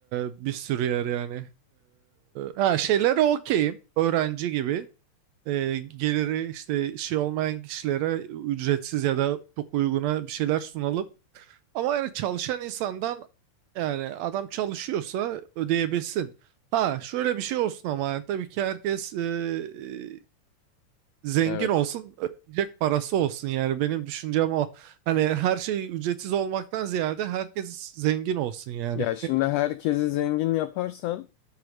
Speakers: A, on the right; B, on the left.
A: bir sürü yer yani. E, ha, şeylere okeyim. Öğrenci gibi. E, geliri işte şey olmayan kişilere ücretsiz ya da çok uyguna bir şeyler sunalım. Ama yani çalışan insandan yani adam çalışıyorsa ödeyebilsin. Ha şöyle bir şey olsun ama yani tabii ki herkes e, zengin
B: evet.
A: olsun, ödeyecek parası olsun yani benim düşüncem o. Hani her şey ücretsiz olmaktan ziyade herkes zengin olsun yani.
B: Ya şimdi herkesi zengin yaparsan